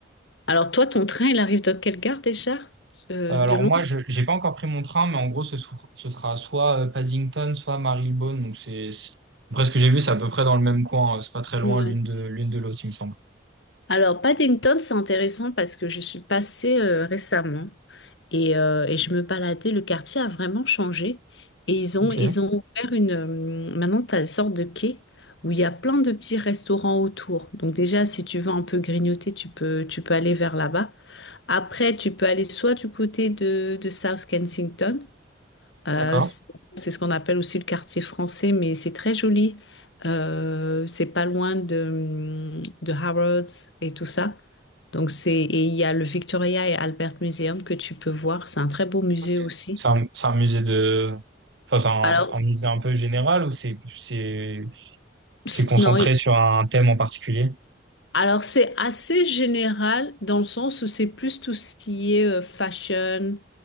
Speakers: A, on the left (about 65°); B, on the right (about 60°).
A: Alors toi, ton train, il arrive dans quelle gare déjà? Euh,
B: Euh, alors
A: de Londres?
B: moi, je j'ai pas encore pris mon train, mais en gros, ce, sou- ce sera soit euh, Paddington, soit Marylebone. Donc c'est c'est- après ce que j'ai vu, c'est à peu près dans le même coin. euh, C'est pas très loin
A: Ouais.
B: l'une de l'une de l'autre, il me semble.
A: Alors Paddington, c'est intéressant parce que je suis passée euh, récemment. Et, euh, et je me baladais, le quartier a vraiment changé. Et ils
B: Ok,
A: ont, ils ont ouvert une... euh, Maintenant, tu as une sorte de quai où il y a plein de petits restaurants autour. Donc déjà, si tu veux un peu grignoter, tu peux, tu peux aller vers là-bas. Après, tu peux aller soit du côté de, de South Kensington, euh,
B: d'accord.
A: c'est c'est ce qu'on appelle aussi le quartier français, mais c'est très joli. Euh, c'est pas loin de, de Harrods et tout ça. Donc c'est, et il y a le Victoria et Albert Museum que tu peux voir. C'est un très beau musée
B: Ok.
A: aussi.
B: C'est un, c'est un musée de. Enfin, c'est un,
A: Alors,
B: un musée un peu général ou c'est c'est C'est
A: c'est-
B: concentré
A: non, et-
B: sur un thème en particulier?
A: alors c'est assez général dans le sens où c'est plus tout ce qui est euh, fashion.